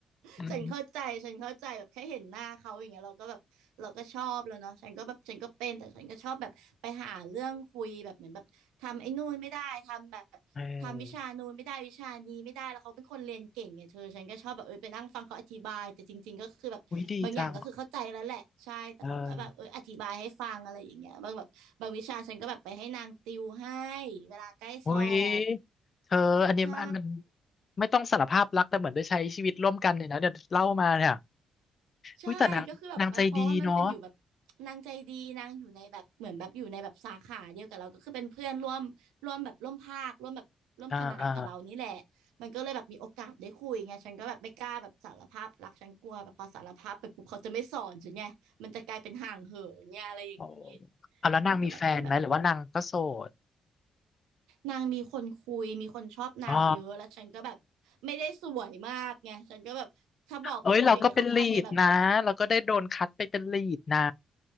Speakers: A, on the right; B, on the left.
A: <laughs>
B: อืม
A: ฉันเข้าใจฉันเข้าใจแบบแค่เห็นหน้าเขาอย่างเงี้ยเราก็แบบเราก็ชอบแล้วเนาะฉันก็แบบฉันก็เป็น แต่ฉันก็ชอบแบบไปหาเรื่องคุยแบบเหมือนแบบทำไอ้นู่นไม่ได้ ทำแบบทำวิชานู่นไม่ได้วิชานี้ไม่ได้แล้วเขาเป็นคนเรียนเก่งไงเธอฉันก็ชอบแบบเออไปนั่งฟังเขาอธิบายแต่จริงๆก็คือแบบบางอย่างก็คือเข้าใจแล้วแหละใช่แต่เขาก็แบบเอออธิบายให้ฟังอะไรอย่างเงี้ยบางแบบบางวิชาฉันก็แบบไปให้นางติวให้
B: เอออุ้ยดีจังเออ
A: เวลาใกล้สอบ
B: อุ้ยเธออันนี้อันมัน
A: ใช่
B: ไม่ต้องสารภาพรักแต่เหมือนได้ใช้ชีวิตร่วมกันเนี่ยนะเดี๋ยวเล่ามาเนี่ย
A: ใช่ก็คือแบบมาเพราะว่ามันเป็นอยู่แบบ
B: อุ้ยแต่นางนางใจดีเนาะ
A: นางใจดีนางอยู่ในแบบเหมือนแบบอยู่ในแบบสาขาเดียวกับเราก็คือเป็นเพื่อนร่วมร่วมแบบร่วมภาคร่วมแบบร่วมคณะกับเรานี่แหละ
B: อ่าอ่า
A: มันก็เลยแบบมีโอกาสได้คุยไงฉันก็แบบไม่กล้าแบบสารภาพรักฉันกลัวแบบพอสารภาพไปปุ๊บเขาจะไม่สอนฉันไงมันจะกลายเป็นห่างเหินเนี่ยอะไรอย่างนี้
B: โอ้เอาแล้วนางมีแฟนไหมหรือว่านางก็โสด
A: มันก็แบบจะแบบนางมีคนคุยมีคนชอบนางเยอะแล้วฉันก็แบบไม่ได้สวยมากไงฉันก็แบบถ้าบอกไปปุ๊บอย่างเงี้ยเขาก็อาจจะแบบ
B: อ๋อเอ้ยเราก็เป็นลีดนะเราก็ได้โดนคัดไปเป็นลีดนะ